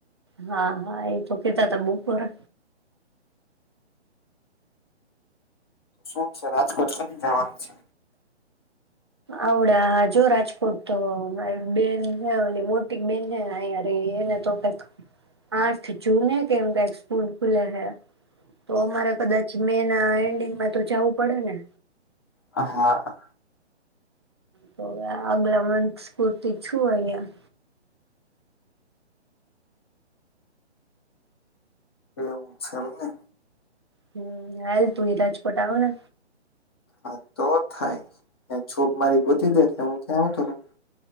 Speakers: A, on the right (about 25°); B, on the left (about 20°).
A: હા હા એ તો કેતાતા બપોરે.
B: શું છે રાજકોટ કેદી જવાનું છે?
A: આવડા આ જો રાજકોટ તો મારી બેન હે ઓલી મોટી બેન હે આયા રે એ એને તો કઈક આઠ જૂને કેમ કઈક સ્કૂલ ખુલે હે. તો અમારે કદાચ મેન ના એન્ડિંગમાં તો જવું પડે ને.
B: હ હ.
A: તો આગલા મન્થ્સ પૂરતી છું અહિયાં.
B: એ એવું છે એમ ને.
A: હમ હાલ તુંય રાજકોટ આવને.
B: હા તો થાય જોબ મારી ગોતી દે એટલે હું ત્યાં આવતો રવ.